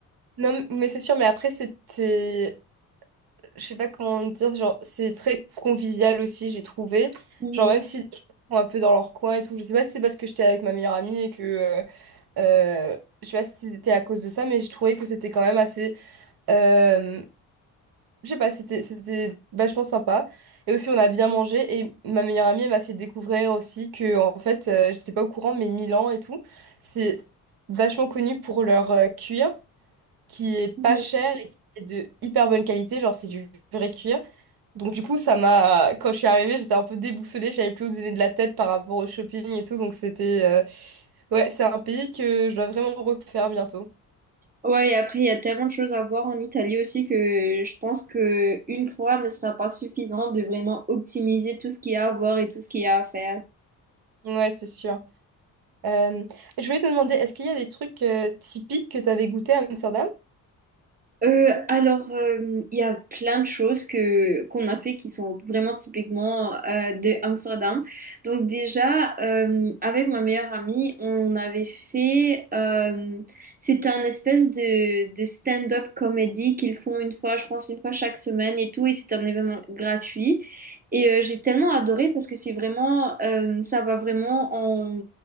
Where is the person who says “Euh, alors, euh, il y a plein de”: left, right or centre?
Right